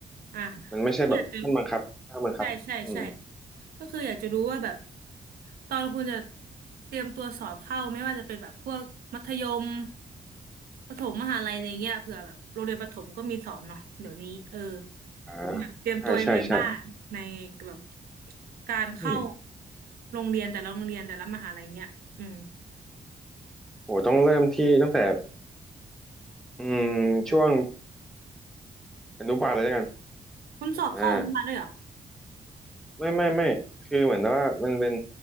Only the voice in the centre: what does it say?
มันไม่ใช่แบบขั้นบังคับขั้นบังคับอืม
อ่า
ใช่ใช่ใช่
อืม
โหต้องเริ่มที่ตั้งแต่อืมช่วงอนุบาลเลยแล้วกัน
อ่าไม่ไม่ไม่คือเหมือนว่ามันเป็น